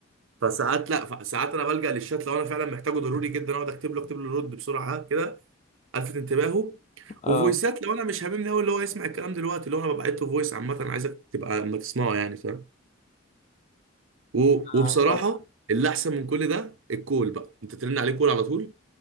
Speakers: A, on the right; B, on the left.
A: فساعات لا ساعات انا بلجأ للشات لو انا فعلا محتاجه ضروري جدا اقعد اكتب له اكتب له رد بسرعه كده الفت انتباهه
B: اه
A: وفويسات لو انا مش هاممني قوي اللي هو يسمع الكلام دلوقتي اللي هو انا ببعت له فويس عامه انا عايزك تبقى ما تسمعه يعني فاهم و-
B: آه،
A: وبصراحه
B: فاهم.
A: اللي احسن من كل ده الكول بقى انت ترن عليه كول على طول